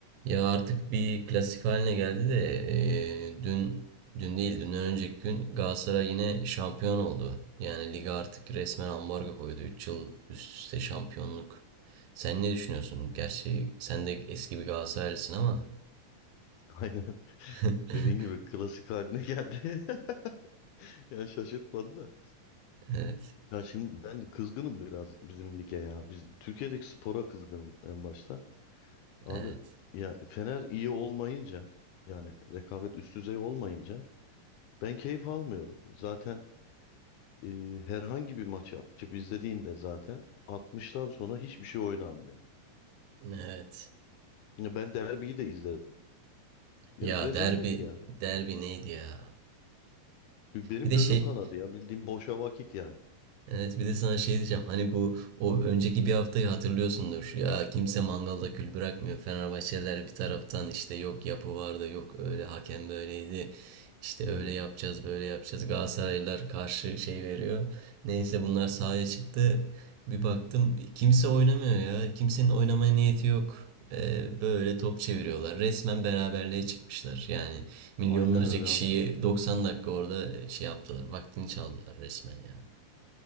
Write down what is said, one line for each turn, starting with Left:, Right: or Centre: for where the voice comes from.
Right: Ya artık bir klasik haline geldi de e, dün dün değil dünden önceki gün Galatasaray yine şampiyon oldu. Yani lige artık resmen ambargo koydu. üç yıl üst üste şampiyonluk. Sen ne düşünüyorsun? Gerçi sen de eski bir Galatasaraylısın ama.
Left: Aynen
Right: <laughs>
Left: dediğin gibi klasik haline geldi. <laughs> Yani şaşırtmadı da.
Right: Evet,
Left: Ya şimdi ben kızgınım biraz bizim lige ya. Biz Türkiye'deki spora kızgınım en başta. Abi
Right: evet,
Left: ya Fener iyi olmayınca yani rekabet üst düzey olmayınca ben keyif almıyorum. Zaten e, herhangi bir maçı açıp izlediğinde zaten 60'tan sonra hiçbir şey oynanmıyor.
Right: evet.
Left: Ya ben derbiyi de izledim. Ya
Right: Ya
Left: rezalet
Right: derbi,
Left: ya.
Right: derbi neydi ya?
Left: Benim
Right: Bir de
Left: gözüm
Right: şey,
Left: kanadı ya. Bildiğim boşa vakit yani.
Right: Evet bir de sana şey diyeceğim. Hani bu o önceki bir haftayı hatırlıyorsundur. Ya kimse mangalda kül bırakmıyor. Fenerbahçeliler bir taraftan işte yok yapı vardı, yok öyle hakem böyleydi. İşte
Left: Hmm.
Right: öyle yapacağız, böyle yapacağız. Galatasaraylılar karşı şey veriyor. Neyse bunlar sahaya çıktı. Bir baktım kimse oynamıyor ya. Kimsenin oynamaya niyeti yok. Ee, böyle top çeviriyorlar. Resmen beraberliğe çıkmışlar. Yani milyonlarca
Left: Aynen öyle
Right: kişiyi
Left: abi.
Right: 90 dakika orada şey yaptılar. Vaktini çaldılar resmen ya.